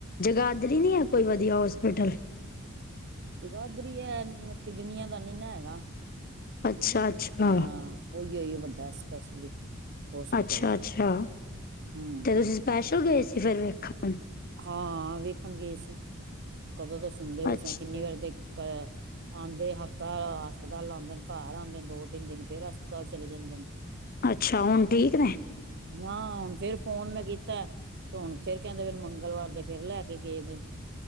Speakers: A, on the left; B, on the right.
A: ਜਗਾਧਰੀ ਨੀ ਹੈ ਕੋਈ ਵਧੀਆ ਹੋਸਪਿਟਲ
B: ਜਗਾਧਰੀ ਹੈ ਦੁਨੀਆਂ ਨੀ ਦਾ ਨੀ ਨਾ ਹੈਗਾ,
A: ਅੱਛਾ ਅੱਛਾ
B: ਹਾਂ ਉਹੀ, ਉਹੀ ਵੱਡਾ ਸਪੈਸ਼ਲਿਸਟ ਹੋਸਪਿਟਲ
A: ਅੱਛਾ
B: ਹੈ,
A: ਅੱਛਾ
B: ਹਮ
A: ਤੇ ਤੁਸੀਂ ਸਪੈਸ਼ਲ ਗਏ ਸੀ ਫਿਰ ਵੇਖਣ
B: ਹਾਂ ਵੇਖਣ ਗਏ ਸੀ, ਕਦੋਂ ਤਾਂ ਸੁਣਦੇ ਪਏ
A: ਅੱਛਾ
B: ਸੀ ਕਿੰਨੀ ਵਾਰ ਤੇ ਆਉਂਦੇ ਹਫ਼ਤਾ ਹਸਪਤਾਲ ਲਾਉਂਦੇ ਨੇ ਘਰ ਆਉਂਦੇ ਨੇ ਦੋ- ਤਿੰਨ ਦਿਨ ਫੇਰ ਹਸਪਤਾਲ ਚਲੇ ਜਾਂਦੇ ਨੇ
A: ਅੱਛਾ, ਹੁਣ ਠੀਕ ਨੇ
B: ਨਾ ਹੁਣ ਫਿਰ ਫੋਨ ਮੈਂ ਕੀਤਾ, ਤੇ ਹੁਣ ਫੇਰ ਕਹਿੰਦੇ ਫਿਰ ਮੰ ਮੰਗਲਵਾਰ ਦੇ ਫਿਰ ਲੈ ਕੇ ਗਏ ਨੇ।